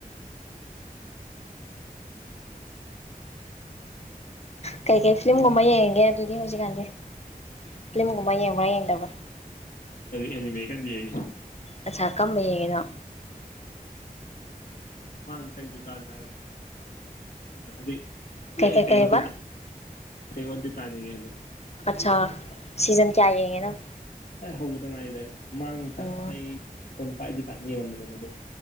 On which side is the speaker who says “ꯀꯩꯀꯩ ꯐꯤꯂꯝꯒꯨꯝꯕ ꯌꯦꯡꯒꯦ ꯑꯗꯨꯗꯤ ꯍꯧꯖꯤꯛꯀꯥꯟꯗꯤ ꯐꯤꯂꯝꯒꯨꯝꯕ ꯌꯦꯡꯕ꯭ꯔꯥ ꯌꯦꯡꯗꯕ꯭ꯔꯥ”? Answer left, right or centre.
Left